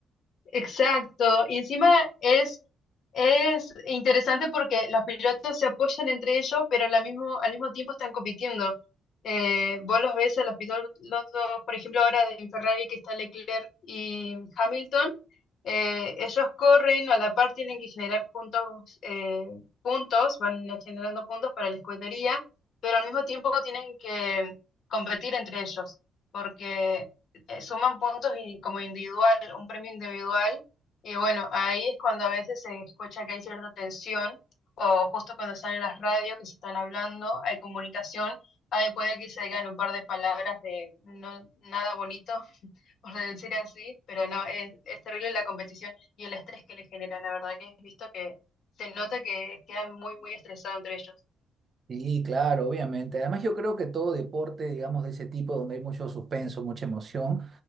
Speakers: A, on the left (about 60°); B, on the right (about 45°).
A: Exacto, y encima es, es interesante porque los pilotos se apoyan entre ellos, pero al mismo, al mismo tiempo están compitiendo. Eh, vos los ves a los pilotos, por ejemplo, ahora de Ferrari que está Leclerc y Hamilton, eh, ellos corren, a la par tienen que generar juntos eh, puntos, van generando puntos para la escudería, pero al mismo tiempo tienen que competir entre ellos, porque eh, suman puntos y como individual, un premio individual. Y bueno, ahí es cuando a veces se escucha que hay cierta tensión o justo cuando están en las radios que se están hablando, hay comunicación, ahí puede que se digan un par de palabras de no, nada bonito, <laughs> por decir así, pero no, es, es terrible la competición y el estrés que le genera, la verdad que he visto que se nota que quedan muy, muy estresados entre ellos.
B: Sí, claro, obviamente. Además, yo creo que todo deporte, digamos, de ese tipo, donde hay mucho suspenso, mucha emoción,